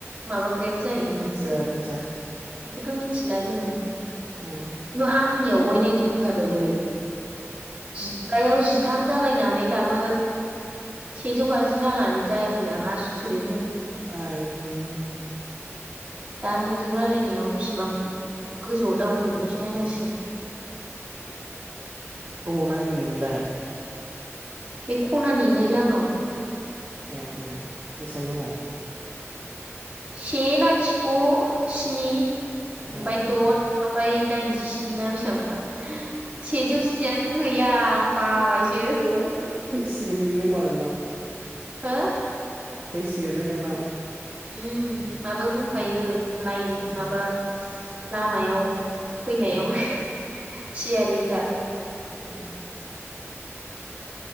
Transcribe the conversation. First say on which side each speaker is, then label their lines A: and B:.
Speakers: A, on the right; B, on the right.
A: माबाग्रायाबो जायोथाय
B: मिथिया मिथिया
A: बेखौथ' मिथि मिथिला जोङो।
B: ओम
A: खिन्थु आं आंनियाव अयनायद्राय जाबायलै। <unintelligible> <unintelligible> जिथाम जालायनानै दाबो सेजौ बाजि राङानो जायाखै आं आसुरिद
B: <unintelligible>
A: दा नोंजों रायलायनायाव बेसेबां गोजौआव दावखोयोखौसो नायनांसिगोन।
B: अबाव नायदों नोंलाय?
A: बे खनानि नै राङाव।
B: ए ओम बेसेबां दङ?
A: से लाथिख' स्नि। ओमफ्राय
B: ए
A: दद ओमफाय दाइनजिस्नि ना बेसेबांबा सेजौ जियानो गैया। <unintelligible> बाबायसो
B: ओ फैसिगोन बियो होनोमबा नोंनाव।
A: हो!
B: फैसिगोन बे नोंनाव।
A: ओम माबायाव दंखायो। लाइन
B: उम
A: माबा लामायाव फैनायाव
B: उम
A: थियारिखा
B: उम